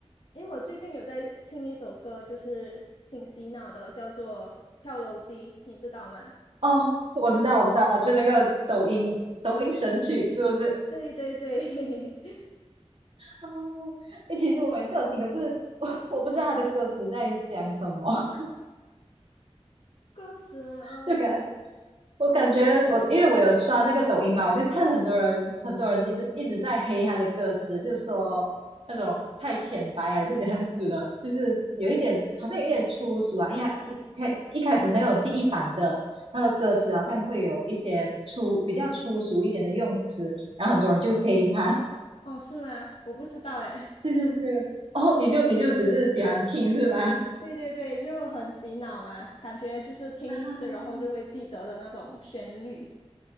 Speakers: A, on the left (about 60°); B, on the right (about 60°).
A: 诶，我最近有在听一首歌，就是挺洗脑的，叫做《跳楼机》，你知道吗？
B: 哦，我知道，我知道，就那个抖音抖音神曲是不是？
A: 对对对，<laughs>
B: 哦，诶，其实我也是有听，可是我我不知道他的歌词在讲什么。
A: 歌词，嗯，
B: 就感我感觉我因为我有刷那个抖音嘛，
A: 我有，
B: 我就看很多人很多人一直一直在黑他的歌词，就说那种太浅白啊还是怎样子的，就是有一点好像有一点粗俗啊，因为他一开一开始那种第一版的。那个歌词好像会有一些粗比较粗俗一点的用词，然后很多人就黑他。
A: 哦，是吗？我不知道哎。
B: <laughs> 对对对，
A: <laughs>
B: 哦，你就你就只是喜欢听是吧？
A: 对对对，就很洗脑嘛，感觉就是听一次，
B: 啊，
A: 然后就会记得的那种旋律。